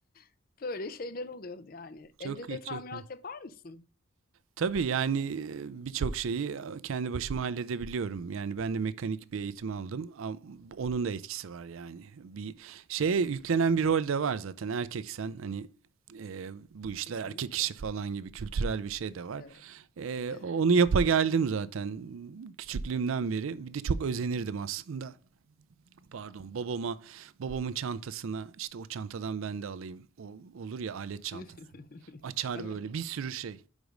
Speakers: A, on the left; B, on the right.
A: <laughs> Böyle şeyler oluyordu yani.
B: Çok
A: Evde de
B: iyi,
A: tamirat
B: çok iyi.
A: yapar mısın?
B: Tabii yani e, birçok şeyi e, kendi başıma halledebiliyorum. Yani ben de mekanik bir eğitim aldım. Am- Onun da etkisi var yani. Bir şeye yüklenen bir rol de var zaten. Erkeksen hani e, bu işler
A: Kesinlikle.
B: erkek işi falan gibi kültürel bir şey de var.
A: Evet.
B: E,
A: Evet.
B: onu yapa geldim zaten küçüklüğümden beri. Bir de çok özenirdim aslında. Pardon babama, babamın çantasına işte o çantadan ben de alayım. O olur ya alet çanta.
A: <laughs>
B: Açar
A: Evet.
B: böyle bir sürü şey.